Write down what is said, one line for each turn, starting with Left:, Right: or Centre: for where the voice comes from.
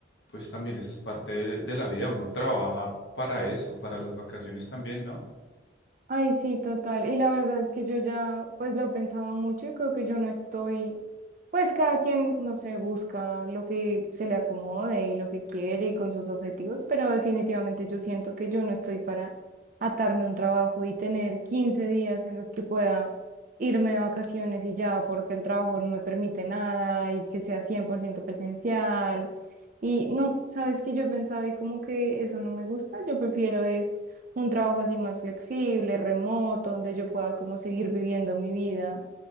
Left: pues también eso es parte de, de la vida. Uno trabaja para eso, para las vacaciones también, ¿no?
Right: Ay, sí, total. Y la verdad es que yo ya pues lo he pensado mucho y creo que yo no estoy pues cada quien, no sé, busca lo que se le acomode y lo que quiere y con sus objetivos, pero definitivamente yo siento que yo no estoy para atarme a un trabajo y tener 15 días en los que pueda irme de vacaciones y ya, porque el trabajo no me permite nada y que sea 100% presencial. Y no, sabes que yo he pensado y como que eso no me gusta, yo prefiero es un trabajo así más flexible, remoto, donde yo pueda como seguir viviendo mi vida,